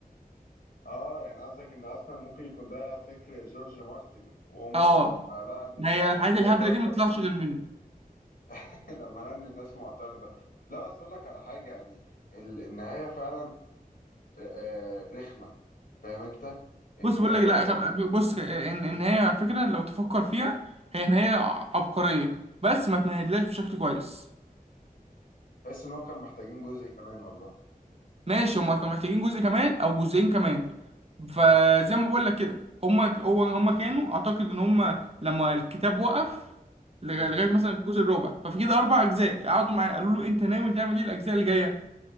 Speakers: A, on the left; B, on the right.
A: اه يعني قصدك ان اصلا ممكن يكون ده فكر جورج مارتن وهم
B: اه
A: لما لقى ان
B: ما
A: الناس
B: هي الحاجات
A: معترضه
B: الهبله دي ما تطلعش غير منه
A: <laughs> لما لقى ان الناس معترضه لا بس اقول لك على حاجه يعني ال- النهايه فعلا آه، آه، رخمة فاهم انت ان
B: بص بقول
A: هي
B: لك
A: برضو
B: لا طب بص ان ان هي على فكره لو تفكر فيها هي ان هي عبقريه بس ما تمهدلهاش بشكل كويس
A: تحس ان هو كان محتاجين جزء كمان والله
B: ماشي هما كانوا محتاجين جزء كمان او جزئين كمان فزي
A: مم.
B: ما بقول لك كده هما هو هما كانوا اعتقد ان هما لما الكتاب وقف لغايه
A: مم.
B: لغاية مثلا الجزء الرابع ففي كده اربع اجزاء قعدوا معايا قالوا له انت ناوي تعمل ايه الاجزاء اللي جايه